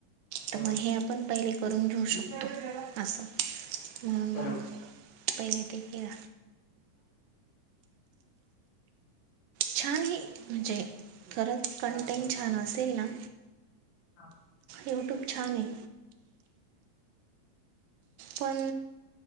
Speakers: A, on the left; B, on the right.
A: हो
B: तर मगं आपण पहिले करून घेऊ शकतो असं. म्हणून
A: बरोबर
B: मग. पहिले ते केलं. छान आहे. म्हणजे खरं कंटेंट छान असेल ना.
A: हा <inaudible>
B: यूट्यूब छान आहे. पण